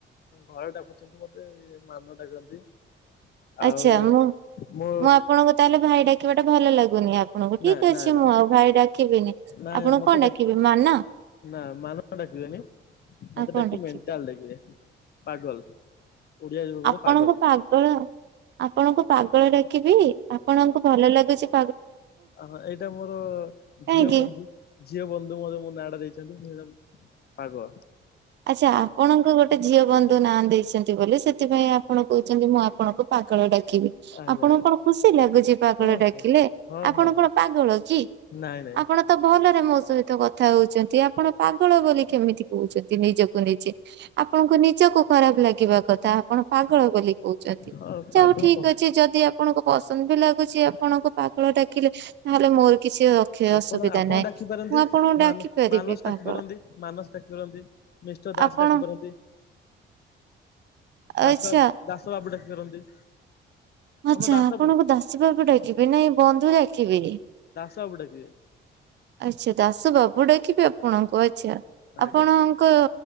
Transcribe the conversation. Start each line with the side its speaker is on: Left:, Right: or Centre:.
Left: ଘରେ ଡାକୁଛନ୍ତି ମତେ ମାନୁ ଡାକନ୍ତି। ଆଉ
Right: ଆଛା ମୁଁ
Left: ମୋ
Right: ମୁଁ ଆପଣଙ୍କୁ ତାହେଲେ ଭାଇ ଡାକିବା ଟା ଭଲ ଲାଗୁନି ଆପଣଙ୍କୁ
Left: ନା
Right: ଠିକ
Left: ନା
Right: ଅଛି।
Left: ନା
Right: ମୁଁ ଆଉ ଭାଇ ଡାକିବିନି।
Left: ନାଇଁ
Right: ଆପଣ
Left: ମତେ
Right: କଣ
Left: ଡା
Right: ଡାକିବେ ମାନ
Left: ନା ମାନ ଡାକିବେନି ମତେ
Right: ଆଉ କଣ
Left: ଡାକି
Right: ଡାକିବି
Left: ମେଣ୍ଟାଲ ଡାକିବେ ପାଗଲ ଓଡିଆ ଯୋଉ କହନ୍ତି
Right: ଆପଣଙ୍କୁ
Left: ପାଗଲ।
Right: ପାଗଳ ଆପଣଙ୍କୁ ପାଗଳ ଡାକିବି ଆପଣଙ୍କୁ ଭଲ ଲାଗୁଚି
Left: ଅ ହଁ ଏଇଟା ମୋର
Right: କାହିଁକି?
Left: ଝିଅ ବନ୍ଧୁ ଝିଅ ବନ୍ଧୁ ମୋର ମୋ ନା ଟା ଦେଇଚନ୍ତି। ପାଗଲ।
Right: ଆଛା ଆପଣଙ୍କ ଗୋଟେ ଝିଅ ବନ୍ଧୁ ନା ଦେଇ ଚନ୍ତି ବୋଲି ସେଥିପାଇଁ ଆପଣ କହୁଛନ୍ତି ମୁଁ ଆପଣଙ୍କୁ ପାଗଳ ଡାକ କିବି
Left: ଆଜ୍ଞା
Right: ଆପଣଙ୍କୁ
Left: ଆଜ୍ଞା
Right: କଣ ଖୁସି ଲାଗୁଚି ପାଗଳ
Left: ହଁ
Right: ଡାକିଲେ
Left: ହଁ ହଁ
Right: ଆପଣ
Left: ହଁ ହଁ
Right: କଣ ପାଗଳ କି?
Left: ନାଇଁ ନାଇଁ
Right: ଆପଣ ତ ଭଲରେ ମୋ ସହିତ କଥା ହୋଉଚନ୍ତି ଆପଣ ପାଗଳ ବୋଲି କେମିତି କୋହୁଚନ୍ତି। କୁ ନିଜେ ଆପଣଙ୍କୁ ନିଜକୁ ଖରାପ ଲାଗିବା କଥା ଆପଣ ପାଗଳ ବୋଲି କୋହୁଚନ୍ତି।
Left: ହଁ
Right: ଛା
Left: ପାଗଳ
Right: ହୋଉ ଠିକ
Left: କ
Right: ଅଛି। ଯଦି ଆପଣଙ୍କୁ ପସନ୍ଦ ବି ଲାଗୁଛି ଆପଣଙ୍କୁ ପାଗଳ ଡାକିଲେ ତାହେଲେ ମୋର କିଛି ଅଖି
Left: ଆପଣ
Right: ଅସୁବିଧା
Left: ଆପଣ
Right: ନାହିଁ।
Left: ଡାକି ପାରନ୍ତି
Right: ମୁଁ ଆପଣଙ୍କୁ ଡାକି
Left: ମାନ
Right: ପାରିବି
Left: ମାନସ
Right: ପାଗଳ
Left: ପାରନ୍ତି ମାନସ ଡାକି ପାରନ୍ତି। ମିଷ୍ଟର ଦାସ
Right: ଆପଣ
Left: ଡାକି ପାରନ୍ତି।
Right: ଆଚ୍ଛା।
Left: ଦାସ ବା ଦାସ ବାବୁ ଡାକି ପାରନ୍ତି।
Right: ଆଛା
Left: ଆମ ଦାସ
Right: ଆପଣଙ୍କୁ
Left: ହଁ
Right: ଦାସ ବାବୁ ଡାକିବି ନାଇଁ ବନ୍ଧୁ ଡାକିବିନି
Left: ସବୁ ଡାକିବେ
Right: ଆଛା ଦାସ ବାବୁ ଡାକିବି ଆପଣଙ୍କୁ ଆଛା ଆପଣଙ୍କ
Left: ଆଜ୍ଞା